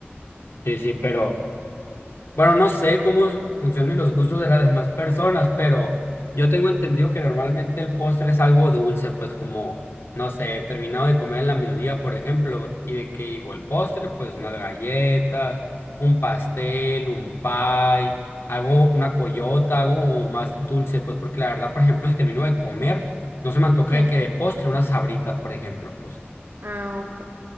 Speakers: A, on the left; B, on the right.
A: Sí, sí, pero... Bueno, no sé cómo funcionan los gustos de las demás personas, pero yo tengo entendido que normalmente el postre es algo dulce, pues como, no sé, terminado de comer en la mediodía, por ejemplo, y de que digo el postre, pues unas galletas, un pastel, un pie, algo, una coyota, algo como más dulce, pues porque la verdad, por ejemplo, si termino de comer, no se me antoje
B: Sí,
A: que de postre unas sabritas, por ejemplo, pues.
B: ah, ok.